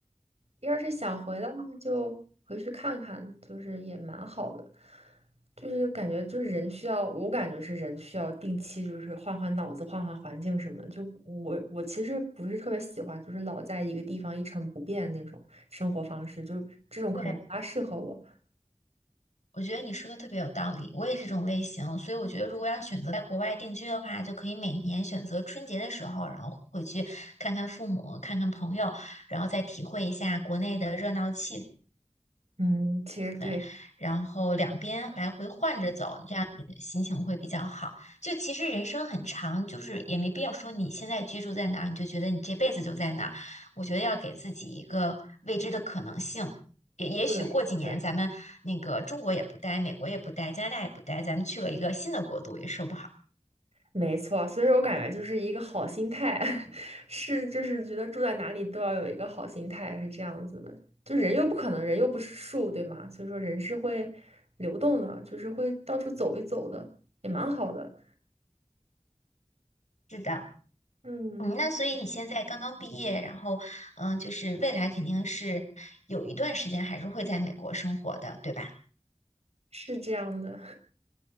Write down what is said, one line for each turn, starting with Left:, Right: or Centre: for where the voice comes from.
Right: 要是想回的话，就回去看看，就是也蛮好的。就是感觉就是人需要，我感觉是人需要定期就是换换脑子、换换环境什么的。就我我其实不是特别喜欢，就是老在一个地方一成不变那种生活方式，就这种可能不大适合我。
Left: 对，我觉得你说的特别有道理，我也是这种类型，所以我觉得如果要选择在国外定居的话，就可以每年选择春节的时候，然后回去看看父母，看看朋友，然后再体会一下国内的热闹气氛。
Right: 嗯，其实对
Left: 分，然后两边来回换着走，这样你的心情会比较好。就其实人生很长，就是也没必要说你现在居住在哪儿，你就觉得你这辈子就在哪儿。我觉得要给自己一个未知的可能性。也也许过几年咱们那个中国也不待，
Right: 对对。
Left: 美国也不待，加拿大也不待，咱们去了一个新的国度也说不好。
Right: 没错，所以说我感觉就是一个好心态，<laughs> 是就是觉得住在哪里都要有一个好心态，是这样子的。就人又不可能，人又不是树，对吗？所以说人是会流动的，就是会到处走一走的，也蛮好的。
Left: 是的，
Right: 嗯，
Left: 嗯，那所以你现在刚刚毕业，然后嗯，就是未来肯定是有一段时间还是会在美国生活的，对吧？
Right: 是这样的。